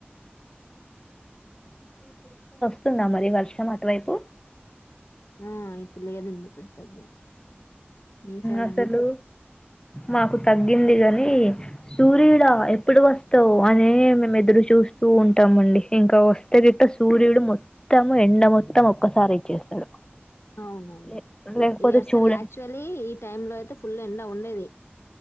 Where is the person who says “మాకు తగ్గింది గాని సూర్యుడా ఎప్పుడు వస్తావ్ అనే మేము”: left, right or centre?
Left